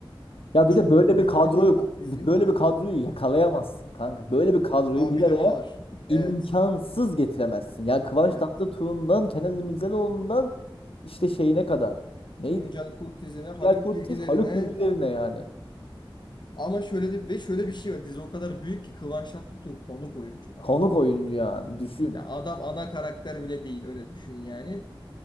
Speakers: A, on the left; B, on the left.
A: Ya bir
B: Çok
A: de böyle
B: büyük
A: bir kadroyu
B: bir bölüm dizi.
A: böyle bir kadroyu yakalayamazsın kanka. Böyle bir kadroyu
B: Abi
A: bir araya
B: bir de o var.
A: imkansız
B: Evet.
A: getiremezsin. Ya Kıvanç
B: Evet.
A: Tatlıtuğ'undan Kenan İmirzalıoğlu'ndan işte şeyine kadar. Neydi?
B: Tuncel Kurtizine,
A: Güzel
B: Haluk
A: Kurtiz,
B: Bilginer'ine
A: Haluk Bilgilerine yani.
B: ama şöyle de ve şöyle bir şey var. Dizi o kadar büyük ki Kıvanç Tatlıtuğ konuk oyuncu kanka.
A: Konuk oyuncu yani düşün.
B: Ya adam ana karakter bile değil öyle düşün yani.